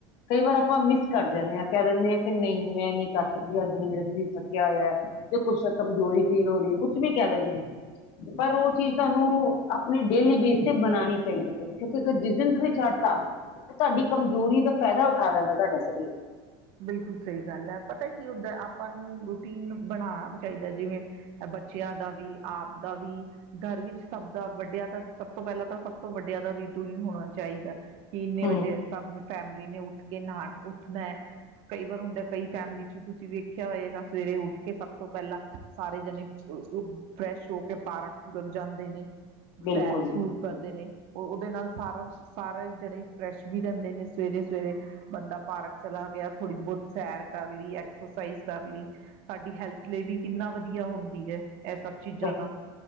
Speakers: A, on the left; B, on the right.
A: ਕਈ ਵਾਰ ਆਪਾਂ ਮਿਸ ਕਰ ਜਾਂਦੇ ਹਾਂ ਕਹਿ ਦਿੰਦੇ ਹਾਂ ਕਿ ਨਹੀਂ ਮੈਂ ਨਹੀਂ ਕਰ ਸਕਦੀ ਅੱਜ ਨ ਮੇਰਾ ਸਰੀਰ ਥੱਕਿਆ ਹੋਇਆ ਤੇ ਕੁਛ ਕਮਜ਼ੋਰੀ ਫੀਲ ਹੋ ਰਹੀ ਹੈ ਕੁਛ ਵੀ ਕਹਿ ਦਿੰਦੇ ਹਾਂ ਪਰ ਉਹ ਚੀਜ਼ ਤੁਹਾਨੂੰ ਆਪਣੀ ਡੇਲੀ ਬੇਸ ਤੇ ਬਣਾਉਣੀ ਚਾਹੀਦੀ ਹੈ ਕਿਉਂਕਿ ਜਿਸ ਦਿਨ ਤੁਸੀਂ ਛੱਡਤਾ ਤੁਹਾਡੀ ਕਮਜ਼ੋਰੀ ਦਾ ਫਾਇਦਾ ਉਠਾ ਦਿੰਦਾ ਤੁਹਾਡਾ ਸਰੀਰ
B: ਬਿਲਕੁਲ ਸਹੀ ਗੱਲ ਹੈ ਪਤਾ ਕੀ ਓਦ ਆਪਾਂ ਨੂੰ ਰੂਟੀਨ ਬਣਾਣਾ ਚਾਹੀਦਾ ਜਿਵੇਂ ਬੱਚਿਆਂ ਦਾ ਵੀ ਆਪ ਦਾ ਵੀ ਘਰ ਵਿੱਚ ਸਭ ਦਾ ਵੱਡਿਆਂ ਦਾ ਸਭ ਤੋਂ ਪਹਿਲਾਂ ਤਾਂ ਸਭ ਤੋਂ ਵੱਡਿਆਂ ਦਾ ਰੀਟੂ ਹੋਣਾ ਚਾਹੀਦਾ ਕਿ ਇੰਨੇ
A: ਹਮ
B: ਵਜੇ ਸਭ ਨੂੰ ਫੈਮਿਲੀ ਨੇ ਉੱਠ ਕੇ ਨਣ ਉੱਠਦਾ ਹੈ ਕਈ ਵਾਰ ਹੁੰਦ ਕਈ ਫੈਮਿਲੀ ਚ ਤੁਸੀਂ ਵੇਖਿਆ ਹੋਏਗਾ ਸਵੇਰੇ ਉੱਠ ਕੇ ਸਭ ਤੋਂ ਪਹਿਲਾਂ ਸਾਰੇ ਜਣੇ ਫਰੈਸ਼ ਹੋ ਕੇ ਪਾਰਕ ਪੂਰਕ ਜਾਂਦੇ ਨੇ
A: ਬਿਲਕੁਲ
B: ਸੈਰ
A: ਜੀ
B: ਸੂਰ
A: ਬਿਲਕੁਲ
B: ਕਰਦੇ ਨੇ ਉਹਦੇ ਨਾਲ ਸਾਰਾ ਸਾਰਾ ਜਣੇ ਫਰੈਸ਼ ਵੀ ਰਹਿੰਦੇ ਨੇ ਸਵੇਰੇ ਸਵੇਰੇ ਬੰਦਾ ਪਾਰਕ ਚਲਾ ਗਿਆ ਥੋੜ੍ਹੀ ਬਹੁਤ ਸੈਰ ਕਰ ਲਈ, ਐਕਸਰਸਾਈਜ਼ ਕਰ ਲਈ। ਸਾਡੀ ਹੈਲਥ ਲਈ ਵੀ ਕਿੰਨਾ ਵਧੀਆ ਹੁੰਦੀ ਹੈ। ਇਹ ਸਭ ਚੀਜ਼ਾਂ
A: ਸਹੀ
B: ਤਾਂ